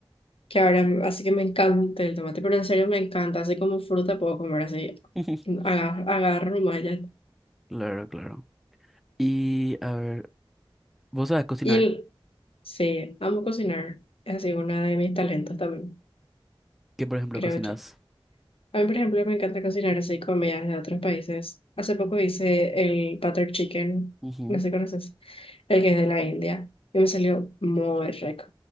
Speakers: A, on the left (about 80°); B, in the centre.
A: que ahora, así que me encanta el tomate, pero en serio me encanta, así como fruta puedo comer así,
B: <laughs>
A: agarro, agarro nomás y ya está.
B: Claro, claro. Y a ver, ¿vos sabes cocinar?
A: Y el- sí, amo cocinar, es así uno de mis talentos también,
B: ¿Qué, por ejemplo,
A: creo
B: cocinas?
A: yo. A mí, por ejemplo, me encanta cocinar así comidas de otros países. Hace poco hice el butter chicken,
B: Ujú.
A: no sé si conoces, el que es de la India, y me salió muy rico.